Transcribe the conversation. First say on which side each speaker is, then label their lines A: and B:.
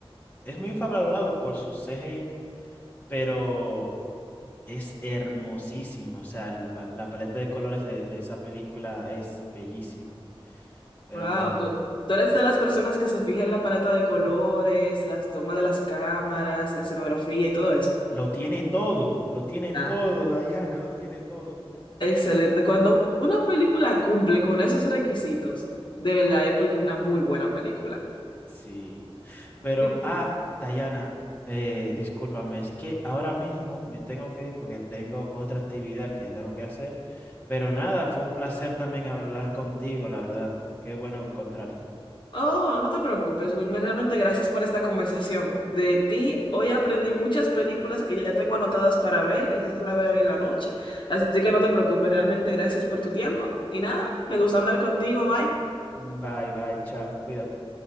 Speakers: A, on the left; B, on the left.
A: es muy infravalorado por su CGI, pero es hermosísimo. O sea, el pa- la, paleta de colores de, de esa película es bellísimo. Pero
B: Wow,
A: bueno,
B: tú, tú eres de las personas que se fija en la paleta de colores, las tomas de las cámaras, la escenografía y todo eso.
A: lo tiene todo, lo tiene
B: Ah.
A: todo, Diana, lo tiene todo.
B: Excelente. Cuando una película cumple con esos requisitos, de verdad es porque es una muy buena película.
A: Sí, pero,
B: <laughs>
A: ah, Dayana, eh, discúlpame, es que ahora mismo me tengo que ir porque tengo otra actividad que tengo que hacer, pero nada, fue un placer también hablar contigo, la verdad. Qué bueno encontrarte.
B: Oh, no te preocupes, Wilmer. Realmente gracias por esta conversación. De ti, hoy aprendí muchas películas que ya tengo anotadas para ver, quizás la veo hoy en la noche. Así que no te preocupes, realmente gracias por tu tiempo. Y nada, me gusta hablar contigo. Bye.
A: Bye, bye, chao, cuídate.